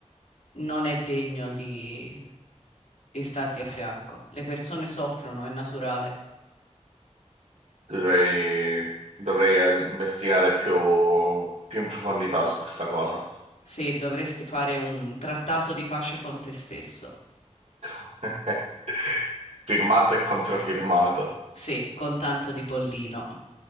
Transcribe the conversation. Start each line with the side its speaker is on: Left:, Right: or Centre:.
Left: non è degno di, di starti a fianco. Le persone soffrono, è naturale.
Right: Dovrei, dovrei eh, investigare più, più in profondità su questa cosa.
Left: Sì, dovresti fare un trattato di pace con te stesso.
Right: <laughs> Firmato e controfirmato.
Left: Sì, con tanto di pollino.